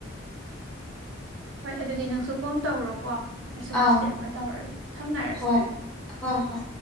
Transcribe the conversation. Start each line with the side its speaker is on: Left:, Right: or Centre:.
Right: ꯍꯣꯏ ꯑꯗꯨꯗꯤ ꯅꯪꯁꯨ ꯀꯣꯝ ꯇꯧꯔꯣꯀꯣ ꯑꯩꯁꯨ ꯉꯇꯦꯠ
Centre: ꯑꯪ
Right: ꯑꯃ ꯇꯧꯔꯒꯦ ꯊꯝꯅꯔꯁꯤ
Centre: ꯍꯣꯏ ꯍꯣꯏ ꯍꯣꯏ